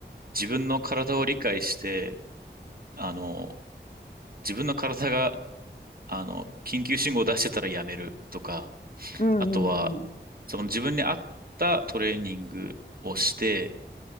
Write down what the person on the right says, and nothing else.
自分の体を理解して、あの、自分の体が、あの、緊急信号を出してたらやめるとか、
あとは、その自分に合ったトレーニングをして、